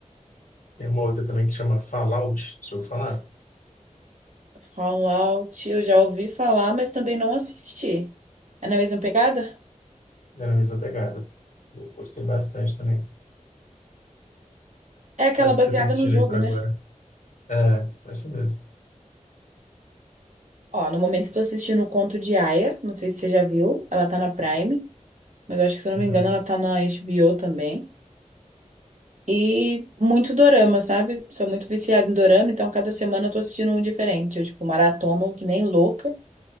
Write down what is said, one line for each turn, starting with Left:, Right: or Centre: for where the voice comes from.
Left: Tem uma outra também que chama Fallout, se eu falar,
Right: Fallout, eu já ouvi falar, mas também não assisti. É na mesma pegada?
Left: é a mesma pegada. Eu Gostei bastante também.
Right: É aquela
Left: Mas
Right: baseada
Left: que você tá assistindo
Right: no jogo,
Left: aí por agora?
Right: né?
Left: É, essa mesmo.
Right: Ó, no momento estou assistindo o Conto de Aia, não sei se você já viu, ela tá na Prime, mas eu acho que se eu não
Left: Uhum.
Right: me engano ela tá na HBO também. E muito dorama, sabe? Sou muito viciada em dorama, então cada semana eu tô assistindo um diferente. Eu, tipo, maratono que nem louca